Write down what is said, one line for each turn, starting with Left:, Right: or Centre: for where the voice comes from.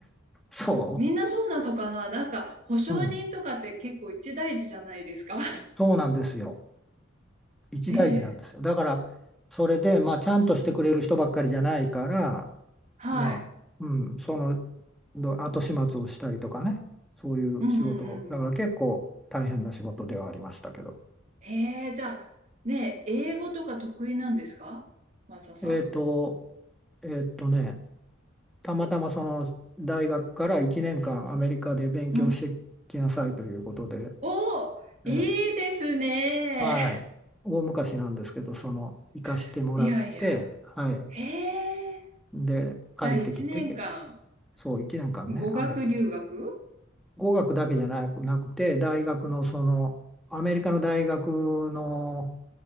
Centre: そ
Right: みんなそうなのかななんか、保証人とかって結構一大事じゃないですか
Centre: う、うん、そうなんですよ。一大事なんですよ。
Right: <laughs> ねえ。
Centre: だから、それで、まあ、ちゃんとしてくれる人ばっかりじゃないから、
Right: はい。
Centre: まあ、うん、そのど後始末をしたりとかね、そういう仕事、
Right: うんうんうんうん。
Centre: だから結構大変な仕事ではありましたけど。
Right: ええ、じゃあ、ねえ、英語とか得意なんですかマサさん。
Centre: えっと、えっとね、たまたまその大学から1年間アメリカで勉強してきなさいということで、
Right: うん。おー、
Centre: ええ、
Right: いいですね。
Centre: はい、大昔なんですけど、その行かしてもらって、
Right: <laughs> いやいや。
Centre: はい、
Right: ええ、
Centre: で帰ってきて、
Right: じゃあ1年間、
Centre: そう1年間ね、
Right: 語学留学
Centre: アメリカ。語学だけじゃなく、なくて、大学のそのアメリカの大学の